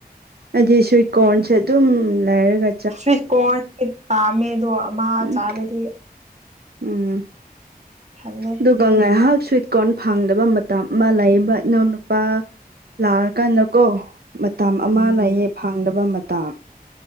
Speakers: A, on the right (about 80°); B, on the right (about 45°).
A: ꯑꯩꯗꯤ ꯁꯨꯋꯤꯠꯀꯣꯔꯟꯁꯦ ꯑꯗꯨꯝ ꯂꯥꯏꯔꯒ
B: ꯁ꯭ꯋꯤꯠ ꯀꯣꯔꯟ ꯄꯥꯝꯃꯦ ꯑꯗꯣ ꯑꯃ
A: ꯎꯝ
B: ꯆꯥꯔꯗꯤ
A: ꯎꯝ
B: ꯊꯦ
A: ꯑꯗꯨꯒ ꯉꯥꯏꯍꯥꯛ ꯁ꯭ꯋꯤꯠ ꯀꯣꯔꯟ ꯐꯪꯗꯕ ꯃꯇꯝ ꯑꯃ ꯂꯩꯌꯦꯕ ꯏꯅꯥꯎꯅꯨꯄꯥ ꯂꯥꯔ ꯀꯥꯟꯒꯣ ꯃ ꯃꯇꯝ
B: ꯎꯝ
A: ꯑꯃ ꯂꯥꯏꯌꯦꯌꯦꯛ ꯐꯥꯡꯗꯕ ꯃꯇꯝ